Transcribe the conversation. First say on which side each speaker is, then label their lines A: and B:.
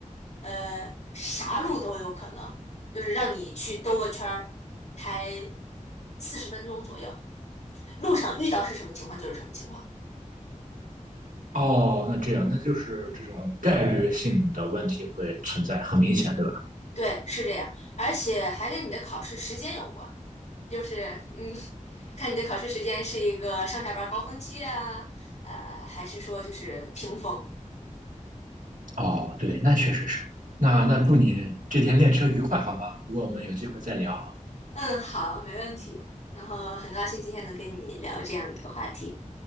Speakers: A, on the left (about 60°); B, on the right (about 80°).
A: 呃，啥路都有可能，就是让你去兜个圈儿，开四十分钟左右，路上遇到是什么情况就是什么情况。
B: 哦，那这样，那就是这种概率性的问题会存在，很明显，对吧？
A: 对，是这样，而且还跟你的考试时间有关，就是嗯，<laughs> 看你的考试时间是一个上下班高峰期啊，呃，还是说就是平峰？
B: 哦，对，那确实是。那那祝你这天练车愉快，
A: 嗯
B: 好吗？如果我们有机会再聊。
A: 嗯，好，没问题。然后很高兴今天能跟你聊这样一个话题。